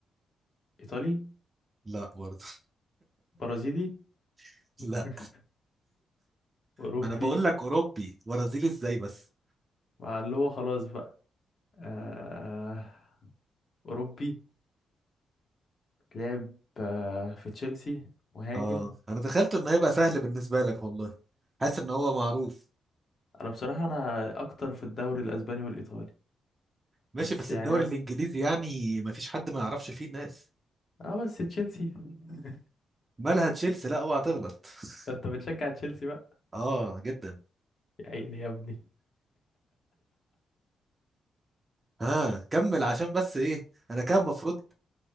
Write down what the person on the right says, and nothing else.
لا برضه
<laughs> لا
ما انا بقول لك اوروبي برازيلي ازاي بس
اه انا تخيلت انه هيبقى سهل بالنسبه لك والله حاسس ان هو معروف
ماشي
بس
الدوري
الانجليزي يعني ما فيش حد ما يعرفش فيه الناس
مالها تشيلسي لا اوعى تغلط <laughs>
اه جدا
ها كمل عشان بس ايه انا كان المفروض